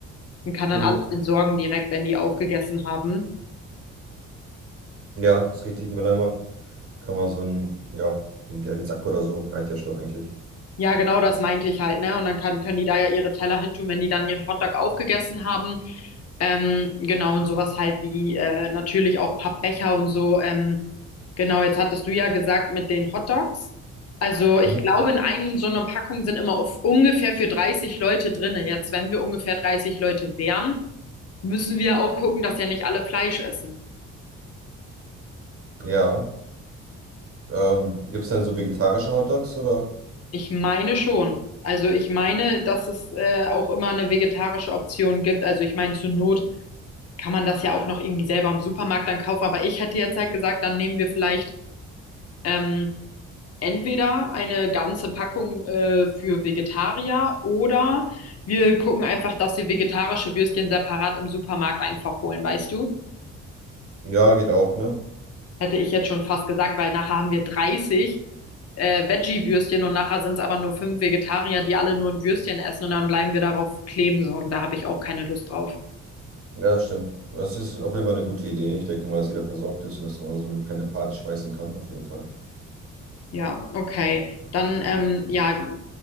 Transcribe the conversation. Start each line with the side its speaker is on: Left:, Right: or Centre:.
Left: und kann dann
Right: Mhm.
Left: alles entsorgen direkt, wenn die aufgegessen haben.
Right: Ja, ist richtig, Mülleimer. Kann man so einen, ja, einen gelben Sack oder so, reicht ja schon eigentlich.
Left: Ja, genau das meinte ich halt, ne? Und dann kann, können die da ja ihre Teller hintun, wenn die dann ihren Hotdog aufgegessen haben. Ähm, genau, und sowas halt wie äh, natürlich auch Pappbecher und so. Ähm, genau, jetzt hattest du ja gesagt mit den Hotdogs. Also ich
Right: Mhm.
Left: glaube, in einem so einer Packung sind immer auf ungefähr für 30 Leute drinne. Jetzt, wenn wir ungefähr 30 Leute wären, müssen wir auch gucken, dass ja nicht alle Fleisch essen.
Right: Ja. Ähm, gibt es denn so vegetarische Hotdogs oder?
Left: Ich meine schon. Also ich meine, dass es äh, auch immer eine vegetarische Option gibt. Also ich meine, zur Not kann man das ja auch noch irgendwie selber im Supermarkt dann kaufen. Aber ich hätte jetzt halt gesagt, dann nehmen wir vielleicht ähm, entweder eine ganze Packung äh, für Vegetarier oder wir gucken einfach, dass wir vegetarische Würstchen separat im Supermarkt einfach holen, weißt du?
Right: Ja, geht auch, ne?
Left: hätte ich jetzt schon fast gesagt, weil nachher haben wir 30 äh, Veggie-Würstchen und nachher sind es aber nur fünf Vegetarier, die alle nur ein Würstchen essen und dann bleiben wir darauf kleben so, und da habe ich auch keine Lust drauf.
Right: Ja, stimmt. Das ist auf jeden Fall eine gute Idee. Ich denke mal, dass jeder versorgt ist und dass man da so eine kleine Party schmeißen kann, auf jeden Fall.
Left: Ja, okay. Dann, ähm, ja,